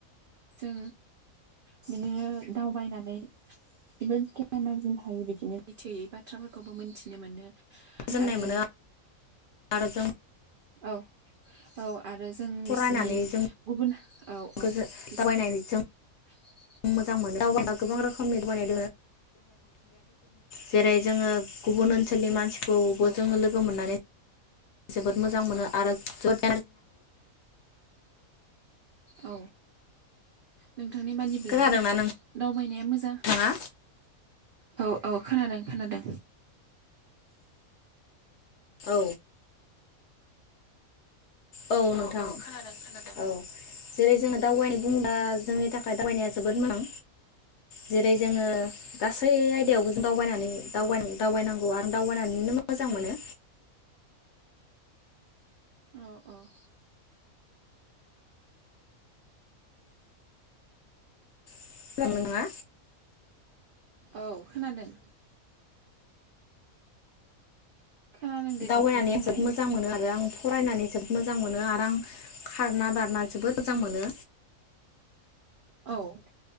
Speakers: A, on the right; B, on the left.
A: जों बिदिनो दावबायनानै <unintelligible> हायो बिदिनो मिथियै बाथ्रा फोरखौबो मिथिनो मोनो
B: गोजोननाय
A: आरो
B: मोनो आरो जों
A: औ औ आरो जों
B: फरायनानै
A: बिसिनि
B: जों
A: गुबुन औ
B: गोजो
A: औ <unintelligible>
B: दावबायनायजों मोजां मोनो दावबायबा गोबां रोखोमनि <inaudible> जेरै जोङो गुबुन ओन सोलनि मानसि खौ बो
A: औ
B: जों लोगो मोननानै जोबोद मोजां मोनो आरो जद
A: औ नोंथांनि बादिब्ला
B: खोनादोंना
A: दावबायनाया मोजां?
B: नोंथाङा
A: औ औ खोनादों खोनादों।
B: औ औ नोंथां औ जेरै जोङो दावबायनो बुंब्ला जोंनि थाखाय दावबायनाया जोबोद मोजां जेरै जोङो गासै आयदायावबो जों दावबायनानै दावबाय
A: औ
B: दावबायनांगौ आं दावबायनानैनो मो मोजां मोनो।
A: ओम ओम
B: <inaudible> खोदोंना?
A: औ खोनादों। खोनादों दे
B: दावबायनानै
A: नोंथां बुंलाय
B: आं जोबोद मोजां मोनो आरो आं फरायनानै जोब मोजां मोनो आरो आं खारना बारना जोबोद मोजां मोनो।
A: औ